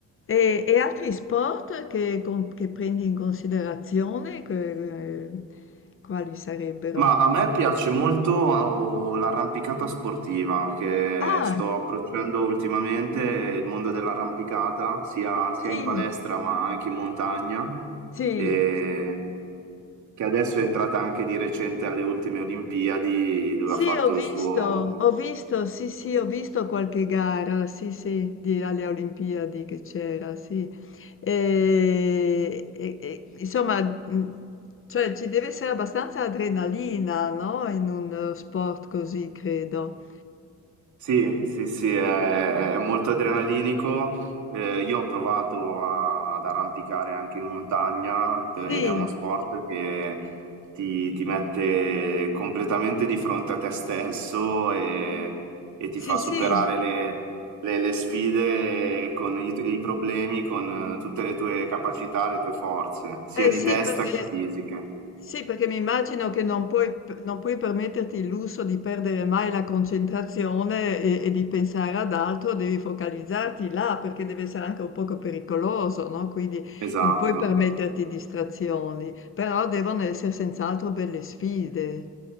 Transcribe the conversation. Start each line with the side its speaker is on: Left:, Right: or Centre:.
Left: E, e altri sport che, con- che prendi in considerazione, che- eh, quali sarebbero?
Right: Ma a me piace molto oh, l'arrampicata sportiva che
Left: Ah,
Right: sto approcciando ultimamente, il mondo dell'arrampicata, sia, sia
Left: sì,
Right: in palestra ma anche in montagna,
Left: sì,
Right: e che adesso è entrata anche di recente alle ultime Olimpiadi dove
Left: sì,
Right: ha fatto
Left: ho visto,
Right: il suo,
Left: ho visto, sì, sì, ho visto qualche gara, sì, sì, di- alle Olimpiadi che c'era, sì. E, e- e, insomma, mh, cioè, ci deve essere abbastanza adrenalina, no? In un eh, sport così, credo.
Right: Sì, sì, sì, è, è molto adrenalinico. Eh, io ho provato a- ad arrampicare anche in montagna eh,
Left: Sì,
Right: ed è uno sport che ti, ti mette completamente di fronte a te stesso e, e ti
Left: sì,
Right: fa superare
Left: sì,
Right: le, le- le sfide con i, tu- i problemi, con eh, tutte le tue capacità, le tue forze, sia
Left: Eh
Right: di
Left: sì,
Right: testa
Left: perché
Right: che fisiche.
Left: sì, perché mi immagino che non puoi, p- non puoi permetterti il lusso di perdere mai la concentrazione e, e di pensare ad altro, devi focalizzarti là perché deve essere anche un poco pericoloso, no? Quindi
Right: Esatto.
Left: non puoi permetterti distrazioni, però devono essere senz'altro belle sfide.